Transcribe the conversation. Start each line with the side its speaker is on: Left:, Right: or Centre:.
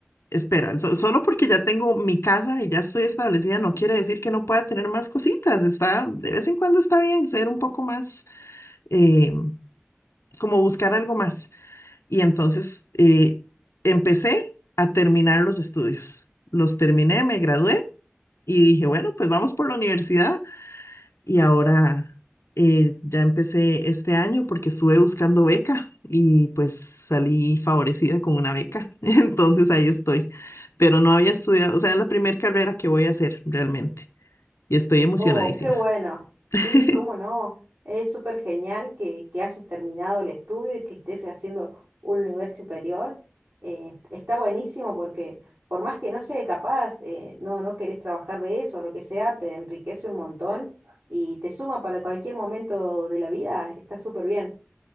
Left: espera, so- solo porque ya tengo mi casa y ya estoy establecida, no quiere decir que no pueda tener más cositas. Está, de vez en cuando está bien ser un poco más, eh, como buscar algo más. Y entonces eh, empecé a terminar los estudios. Los terminé, me gradué y dije, bueno, pues vamos por la universidad. Y ahora eh, ya empecé este año porque estuve buscando beca y pues salí favorecida con una beca. <laughs> Entonces ahí estoy. Pero no había estudiado, o sea, es la primera carrera que voy a hacer realmente. Y estoy emocionadísima.
Right: Oh, qué bueno. Sí,
Left: <laughs>
Right: cómo no. Es súper genial que, que hayas terminado el estudio y que estés haciendo un nivel superior. Eh, está buenísimo porque por más que no sea capaz, eh, no, no querés trabajar de eso, lo que sea, te enriquece un montón y te suma para cualquier momento de la vida. Está súper bien.